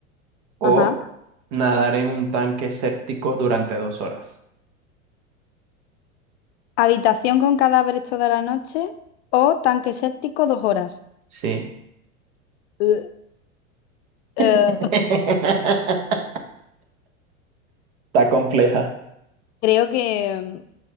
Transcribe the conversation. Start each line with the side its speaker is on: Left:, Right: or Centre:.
Right: o
Left: ajá.
Right: nadar en un tanque séptico durante dos horas?
Left: ¿Habitación con cadáveres toda la noche o tanque séptico dos horas?
Right: Sí.
Left: Eh, eh,
Right: <laughs> Está compleja.
Left: Creo que